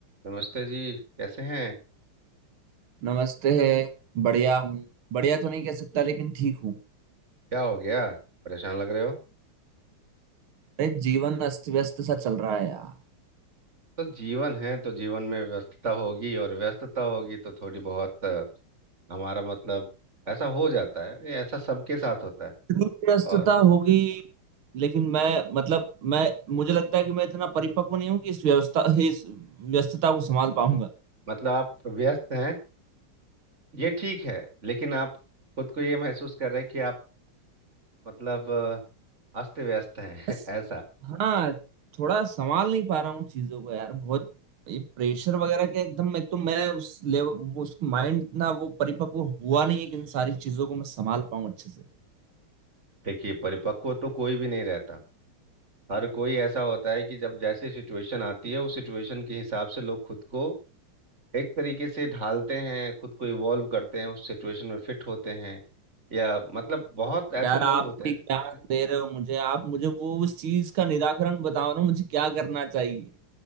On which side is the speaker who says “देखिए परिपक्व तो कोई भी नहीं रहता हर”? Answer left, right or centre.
Right